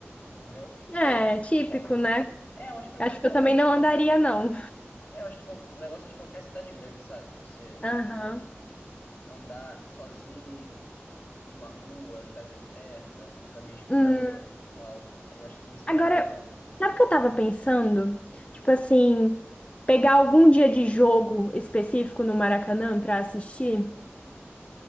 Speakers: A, on the left; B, on the left.
A: entendeu?
B: É, típico,
A: Só...
B: né?
A: É, eu acho que
B: Acho que
A: qualquer.
B: eu também não andaria, não.
A: É, eu acho que o negócio é de qualquer cidade grande, sabe? Se você
B: Aham.
A: andar sozinho em uma rua que tá deserta, tá meio escura,
B: Hum,
A: tal. Eu acho que isso
B: Agora,
A: não é o ideal.
B: sabe o que eu tava pensando? Tipo assim, pegar algum dia de jogo específico no Maracanã pra assistir?